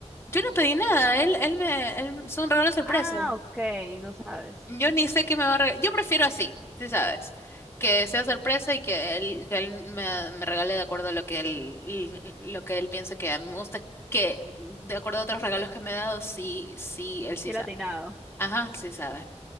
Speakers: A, on the left (about 20°); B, in the centre.
A: Yo no pedí nada. Él, él me, él, son regalos sorpresa.
B: Ah, ok, no sabes.
A: Yo ni sé qué me va a regalar. Yo prefiero así, sí sabes. Que sea sorpresa y que él, que él me, me regale de acuerdo a lo que él, y- y lo que él piensa que a mí me gusta. Que de acuerdo a otros regalos que me ha dado, sí, sí, él sí
B: Qué
A: sabe.
B: latinado.
A: Ajá, sí sabe.